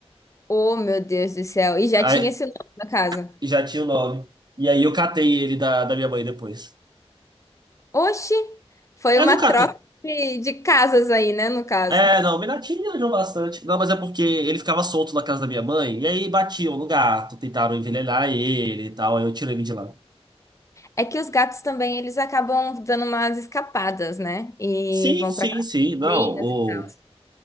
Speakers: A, on the left; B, on the right.
A: oh meu Deus do céu. E já
B: Aí
A: tinha esse nome na casa.
B: já tinha o nome. E aí eu catei ele da, da minha mãe depois.
A: Oxi, foi
B: Eu
A: uma
B: não catei.
A: troca de, de casas aí, né, no caso.
B: É, não, Minati me ajudou bastante. Não, mas é porque ele ficava solto na casa da minha mãe, e aí batiam no gato, tentaram envenenar ele e tal, aí eu tirei ele de lá.
A: É que os gatos também, eles acabam dando umas escapadas, né? E
B: Sim,
A: vão
B: sim,
A: pra casinhas
B: sim, não, o,
A: e tal.